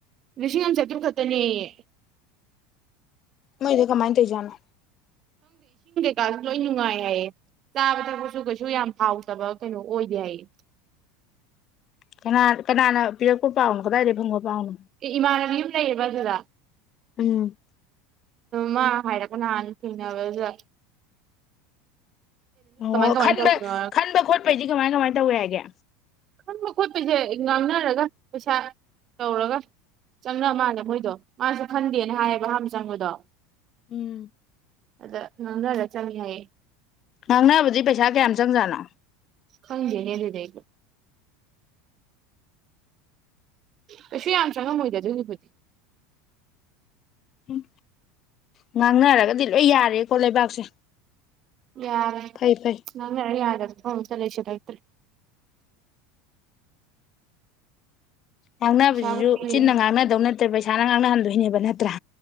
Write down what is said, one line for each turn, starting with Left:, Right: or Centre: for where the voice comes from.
Right: ꯂꯤꯁꯤꯡ ꯑꯝ ꯆꯥꯇ꯭ꯔꯨꯛ ꯈꯛꯇꯅꯦꯌꯦ
Left: ꯃꯣꯏꯗꯣ ꯀꯃꯥꯏꯅ ꯇꯧꯖꯥꯠꯅꯣ
Right: ꯇꯥꯡꯁꯨ ꯂꯣꯏ ꯅꯨꯡꯉꯥꯏ ꯍꯥꯏꯌꯦ ꯆꯥꯕ ꯊꯛꯄꯁꯨ ꯀꯩꯁꯨ ꯌꯥꯝ ꯍꯥꯎꯇꯕ ꯀꯩꯅꯣ ꯑꯣꯏꯗꯦ ꯍꯥꯏꯌꯦ
Left: ꯀꯅꯥ ꯀꯅꯥꯅ ꯄꯤꯔꯛꯄ ꯄꯥꯎꯅꯣ ꯀꯗꯥꯏꯗꯩ ꯐꯪꯕ ꯄꯥꯎꯅꯣ
Right: ꯑꯦ ꯏꯃꯥꯟꯅꯕꯤ ꯑꯃ ꯂꯩꯌꯦꯕ ꯑꯗꯨꯗ
Left: ꯎꯝ
Right: ꯃꯥ ꯍꯥꯏꯔꯛꯄ ꯅꯍꯥꯟ ꯊꯦꯡꯅꯕꯗ
Left: ꯑꯣ
Right: ꯀꯃꯥꯏꯅ
Left: ꯈꯟꯕ
Right: ꯇꯧꯕꯅꯣ
Left: ꯈꯟꯕ ꯈꯣꯠꯄꯩꯗꯤ ꯀꯃꯥꯏ ꯀꯃꯥꯏ ꯇꯧꯋꯦ ꯍꯥꯏꯒꯦ
Right: ꯈꯟꯕ ꯈꯣꯠꯄꯩꯖꯦ ꯉꯥꯡꯅꯔꯒ ꯄꯩꯁꯥ ꯇꯧꯔꯒ ꯆꯪꯅ ꯃꯥꯜꯂꯦ ꯃꯣꯏꯗꯣ ꯃꯥꯖꯨ ꯈꯟꯗꯦꯅ ꯍꯥꯏꯌꯦꯕ ꯑꯍꯥꯟꯕ ꯆꯪꯕꯗꯣ
Left: ꯎꯝ
Right: ꯑꯗ ꯉꯥꯡꯅꯔ ꯆꯪꯉꯤ ꯍꯥꯏꯌꯦ
Left: ꯉꯥꯡꯅꯕꯗꯤ ꯄꯩꯁꯥ ꯀꯌꯥꯝ ꯆꯪꯖꯥꯠꯅꯣ
Right: ꯈꯪꯗꯦꯅꯦ ꯑꯗꯨꯗꯩꯗꯤ ꯀꯩꯁꯨ ꯌꯥꯝ ꯆꯪꯉꯝꯃꯣꯏꯗꯦ ꯑꯗꯨꯒꯤꯕꯨꯗꯤ
Left: ꯎꯝ ꯉꯥꯡꯅꯔꯒꯗꯤ ꯂꯣꯏ ꯌꯥꯔꯦꯀꯣ ꯂꯩꯕꯥꯛꯁꯦ
Right: ꯌꯥꯔꯦ
Left: ꯐꯩ ꯐꯩ
Right: ꯉꯥꯡꯅꯔ ꯌꯥꯗꯕ ꯊꯕꯛ ꯑꯃꯇ ꯂꯩꯁꯤꯟꯂꯛ
Left: ꯉꯥꯡꯅꯕꯁꯤꯁꯨ
Right: ꯄꯩꯁꯥꯕꯨ ꯄꯤꯔꯤꯕ
Left: ꯆꯤꯟꯅ ꯉꯥꯡꯅꯗꯧ ꯅꯠꯇꯦ ꯄꯩꯁꯥ ꯄꯩꯁꯥꯅ ꯉꯥꯡꯅꯍꯟꯗꯣꯏꯅꯦꯕ ꯅꯠꯇ꯭ꯔꯥ